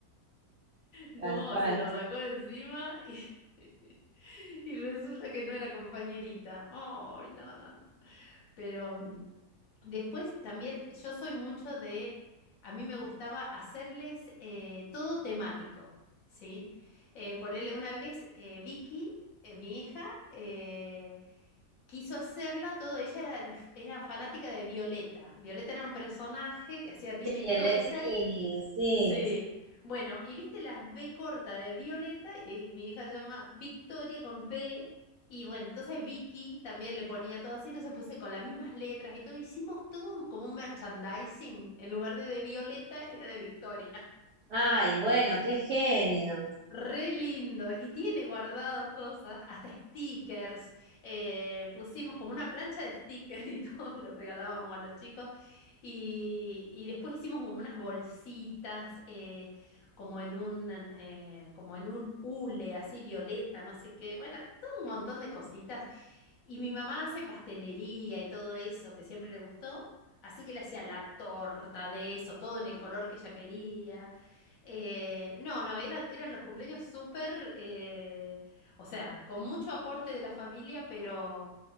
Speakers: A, on the left; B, on the right.
A: No,
B: Tal cual.
A: se lo sacó de encima y, <laughs> y resulta que no era compañerita. Ay, no, no, no. Pero mm, después también yo soy mucho de, a mí me gustaba hacerles eh, todo temático, ¿sí? Eh, ponerle una vez eh, Vicky, eh, mi hija, eh, quiso hacerla, todo ella era, la era fanática de Violeta. Violeta era un personaje que hacía Tini
B: Y
A: Stoessel.
B: el Letini, sí.
A: Sí. Bueno, y viste las B corta de Violeta, y mi hija se llama Victoria con V. Y bueno, entonces Vicky también le ponía todo así, entonces puse con las mismas letras y todo. Hicimos todo un- como un merchandising. En lugar de de Violeta, era de Victoria.
B: Ay, bueno, qué genio.
A: Re lindo. Y tiene guardados cosas, hasta stickers. Eh, pusimos como una plancha de stickers y <laughs> todo lo regalábamos a los chicos. Y, y después hicimos como unas bolsitas, eh, como en un, eh, como en un hule así violeta, no sé qué. Bueno, todo un montón de cositas. Y mi mamá hace pastelería y todo eso, que siempre le gustó. Así que le hacía la torta de eso, todo en el color que ella quería. Eh, no, no, era, eran los cumpleaños súper, eh, o sea, con mucho aporte de la familia, pero,